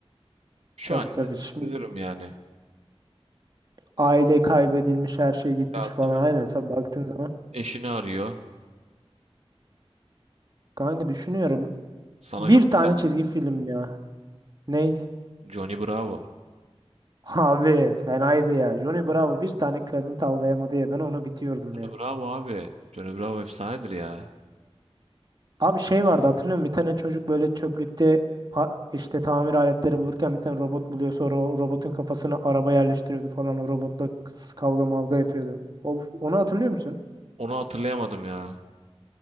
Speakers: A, on the right (about 85°); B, on the right (about 40°).
A: Şu
B: Tabii
A: an
B: tabii
A: ise çok
B: şimdi
A: üzülürüm yani.
B: aile kaybedilmiş her şey gitmiş
A: Ya
B: falan
A: tabii
B: aynen tabii baktığın zaman.
A: eşini arıyor.
B: Kanka düşünüyorum
A: Sana
B: bir
A: çok
B: tane çizgi film ya. Ney?
A: Johnny Bravo.
B: <laughs> Abi fenaydı ya. Johnny Bravo bir tane kadın tavlayamadı ya ben onu bitiyordum
A: Johnny
B: ya.
A: Bravo abi. Johnny Bravo efsanedir ya.
B: Abi şey vardı hatırlıyor musun? Bir tane çocuk böyle çöplükte pa- işte tamir aletleri bulurken bir tane robot buluyor sonra o robotun kafasına araba yerleştiriyordu falan o robotla kıs- kavga mavga yapıyordu. O, onu hatırlıyor musun?
A: Onu hatırlayamadım ya.